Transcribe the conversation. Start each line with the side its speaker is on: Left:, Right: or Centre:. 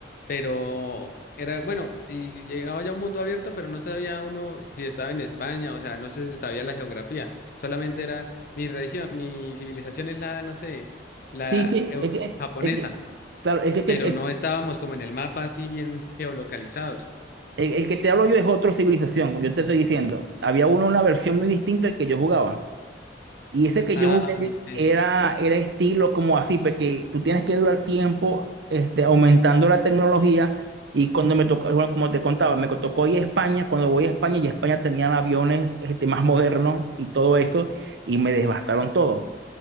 Left: pero era, bueno, y llegaba ya a un mundo abierto, pero no sabía uno si estaba en España, o sea, no se sabía la geografía, solamente era mi región, mi civilización es la, no sé, la
Right: Sí, sí,
Left: euro-
Right: es que-
Left: japonesa,
Right: es que- claro, el que, te-
Left: pero
Right: el,
Left: no estábamos como en el mapa así bien geolocalizados.
Right: el- el que te hablo yo es otra civilización, como yo te estoy diciendo. Había una, una versión muy distinta que yo jugaba. Y ese que
Left: Ah,
Right: yo jugué
Left: ok.
Right: era, era estilo como así, porque tú tienes que durar tiempo este, aumentando la tecnología. Y cuando me tocó, bueno, como te contaba, me tocó ir a España. Cuando voy a España, y España tenían aviones este, más modernos y todo eso, y me devastaron todo.